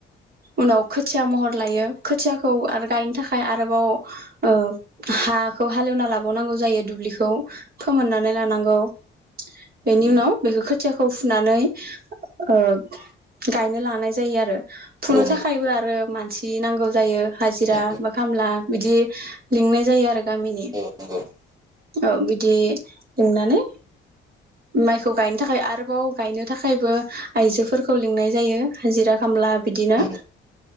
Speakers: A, on the right; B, on the right.
A: उनाव खोथिया महर लायो खोथिया खौ आरो गायनो थाखाय आरो आरोबाव ओ‌ हाखौ हाल एवना लाबावनांगौ जायो दुब्लिखौ फोमोननानै लानांगौ बेनि
B: नंगौ
A: उनाव बेखौ खोथिया खौ फुनानै ओ गायनो लानाय जायो आरो फुनो
B: औ नंगौ औ नंगौ
A: थाखायबो आरो मानसि मानसि नांगौ जायो हाजिरा
B: नंगौ
A: मा खामला बिदि लिंनाय जायो आरो गामिनि
B: औ नंगौ औ नंगौ औ
A: औ बिदि लिंनानै माइखौ गायनो थाखाय आरोबाव गायनो थाखायबो आइजोफोरखौ लिंनाय जायो हाजिरा। खामला बिदिनो
B: नंगौ औ नंगौ औ नंगौ औ